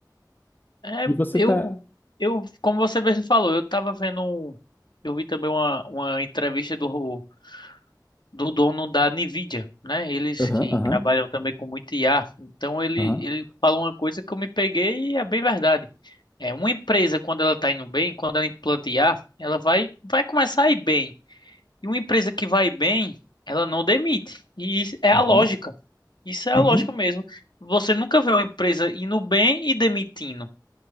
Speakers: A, on the left (about 80°); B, on the left (about 25°).
A: É,
B: E você
A: eu,
B: tá...
A: eu, como você mesmo falou, eu tava vendo, um- eu vi também uma, uma entrevista do, do dono da Nvidia, né? Eles
B: Aham,
A: que
B: aham,
A: trabalham também com muito IA. Então ele,
B: aham,
A: ele falou uma coisa que eu me peguei e é bem verdade. É, uma empresa, quando ela tá indo bem, quando ela implanta IA, ela vai, vai começar a ir bem. E uma empresa que vai bem, ela não demite. E isso é a
B: uhum,
A: lógica. Isso é a
B: uhum.
A: lógica mesmo. Você nunca vê uma empresa indo bem e demitindo.